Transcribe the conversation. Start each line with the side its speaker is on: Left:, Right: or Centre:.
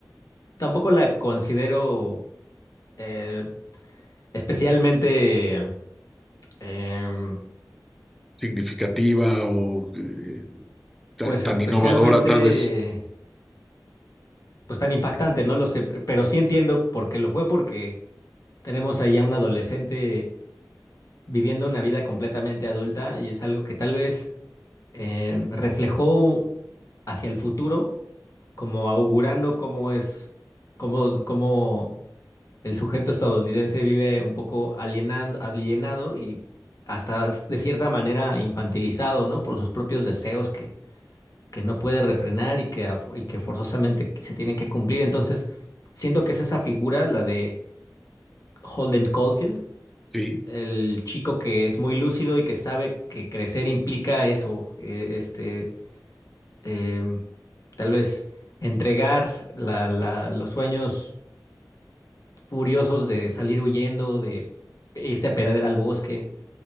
Left: tampoco la considero eh, especialmente, em,
Centre: ¿Significativa o eh, ta-
Left: pues especialmente,
Centre: tan innovadora tal vez?
Left: pues tan impactante, no lo sé, pe- pero sí entiendo por qué lo fue, porque Tenemos ahí a un adolescente viviendo una vida completamente adulta y es algo que tal vez em, reflejó hacia el futuro, como augurando cómo es, cómo, cómo el sujeto estadounidense vive un poco alienando, alienado y hasta de cierta manera infantilizado, ¿no? Por sus propios deseos que, que no puede refrenar y que, af- y que forzosamente se tienen que cumplir. Entonces, siento que es esa figura, la de Holden Caulfield
Centre: Sí.
Left: el chico que es muy lúcido y que sabe que crecer implica eso, eh, este, em, tal vez entregar la- la- los sueños furiosos de salir huyendo, de irte a perder al bosque